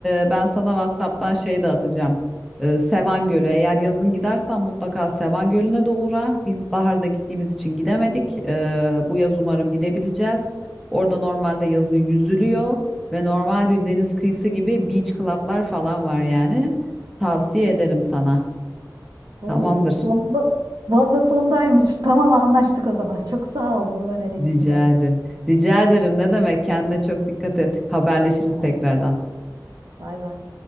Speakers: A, in the centre; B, on the right (about 70°).
A: e, ben sana WhatsApp'tan şey de atacağım E, Sevan Gölü eğer yazın gidersen mutlaka Sevan Gölü'ne de uğra biz baharda gittiğimiz için gidemedik E, bu yaz umarım gidebileceğiz. Orada normalde yazın yüzülüyor ve normal bir deniz kıyısı gibi beach club'lar falan var yani. Tavsiye ederim sana.
B: Oo,
A: Tamamdır.
B: bomba, bomba sondaymış. Tamam anlaştık o zaman. Çok sağ ol bu öneri için
A: Rica
B: de.
A: ederim. Rica ederim. Ne demek? Kendine çok dikkat et. Haberleşiriz
B: Haydi,
A: tekrardan.
B: bay bay.